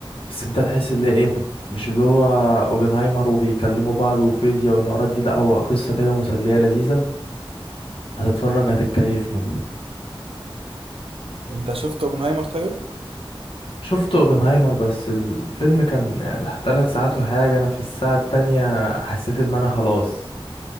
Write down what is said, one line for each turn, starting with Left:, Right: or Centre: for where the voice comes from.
Left: بس أنت تحس اللي إيه مش اللي هو اوبنهايمر وبيكلموا بعض وفيزياء والحوارات دي لا هو قصة كده مسلية لذيذة هتتفرج هتتكيف منه
Right: انت شفت اوبنهايمر طيب
Left: شفت اوبنهايمر بس الفيلم كان يعني تلات ساعات وحاجة انا في الساعة التانية حسيت ان انا خلاص